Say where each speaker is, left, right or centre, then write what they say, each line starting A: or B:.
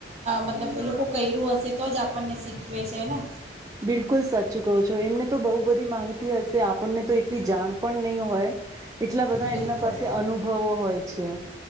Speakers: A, on the right (about 35°); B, on the right (about 20°).
A: મતલબ એ લોકો કર્યું હશે તો જ આપણને શીખવે છે ને.
B: બિલકુલ સાચું કહો છો એમને તો બહુ બધી માહિતી હશે આપણને તો એટલી જાણ પણ નહી હોય. એટલા બધા
A: બિલકુલ
B: એમના પાસે અનુભવો હોય છે.